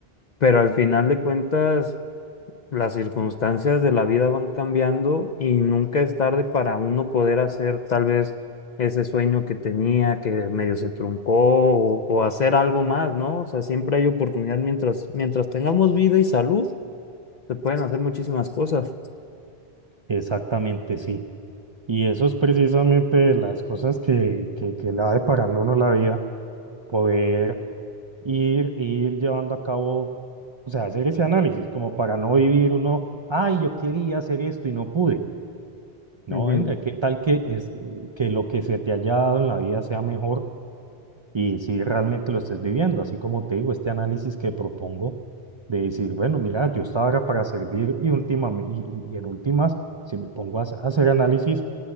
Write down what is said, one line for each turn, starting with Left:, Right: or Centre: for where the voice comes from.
Left: pero al final de cuentas las circunstancias de la vida van cambiando y nunca es tarde para uno poder hacer tal vez ese sueño que tenía que medio se truncó o, o hacer algo más, ¿no? O sea, siempre hay oportunidad mientras, mientras tengamos vida y salud, se pueden hacer muchísimas cosas.
Right: Exactamente, sí. Y eso es precisamente las cosas que, que, que le va deparando a uno la vida poder ir, ir llevando a cabo, o sea, hacer ese análisis, como para no vivir uno, ay, yo quería hacer esto y no pude. No,
Left: Ujú,
Right: venga, ¿qué tal que, es, que lo que se te haya dado en la vida sea mejor y si realmente lo estés viviendo? Así como te digo, este análisis que propongo de decir, bueno, mira, yo estaba ahora para servir y, última, y, y- y en últimas, si me pongo a hac- a hacer análisis,